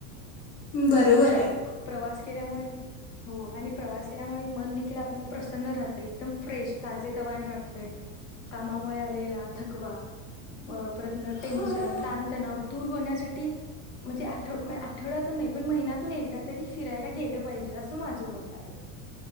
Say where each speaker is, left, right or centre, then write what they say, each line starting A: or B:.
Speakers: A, on the left; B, on the left.
A: बरोबर
B: आणि ना
A: आहे
B: प्रवास केल्यामुळे, हो आणि प्रवास केल्यामुळे मन देखील आपलं, प्रसन्न राहत एकदम फ्रेश ताजेतवाने वाटतय. कामामुळे आलेला थकवा परतणं टेन्शन
A: होय
B: ताणतणाव दूर होण्यासाठी म्हणजे, आठवड्यातून नाही पण महिन्यातून एकदा तरी फिरायला गेलं पाहिजे असं माझं मत आहे.